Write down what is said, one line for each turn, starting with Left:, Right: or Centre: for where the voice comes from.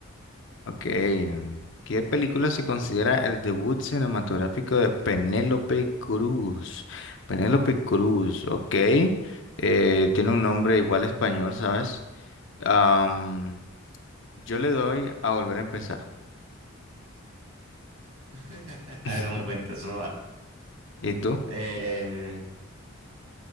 Left: Ok. mm, ¿Qué película se considera el debut cinematográfico de Penélope Cruz? Penélope Cruz, ok. Eh, tiene un nombre igual español, ¿sabes? Am, yo le doy a volver a empezar.
Right: <laughs>
Left: <laughs>
Right: Eso no cuenta, eso no vale.
Left: ¿Y tú?
Right: Eh,